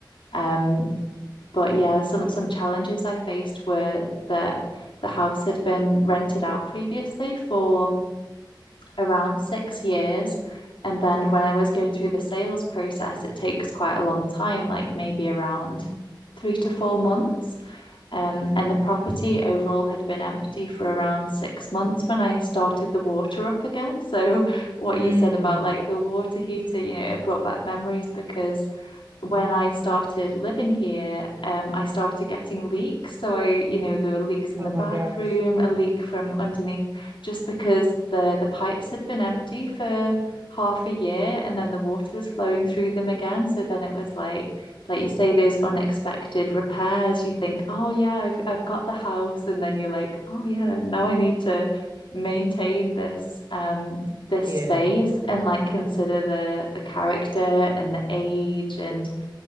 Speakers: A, on the left (about 75°); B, on the right (about 35°).
A: um but yeah some some challenges I faced were that the house had been rented out previously for around six years. And then when I was going through the sales process, it takes quite a long time, like maybe around three to four months. Um, and the property overall had been empty for around six months when I started the water up again. <laughs> So, what
B: Mm.
A: you said about like the water heater, you know, it brought back memories because when I started living here, um, I started getting leaks. So I, you know, there were leaks in
B: Oh
A: the bathroom,
B: my gosh.
A: a leak from underneath, just because the the pipes had been empty for half a year, and then the water was flowing through them again. So then it was like like you say, those unexpected repairs. You think, oh yeah, I've I've got the house, and then you're like, oh yeah, now I need to maintain this um this
B: Yeah.
A: space and like consider the the character and the age and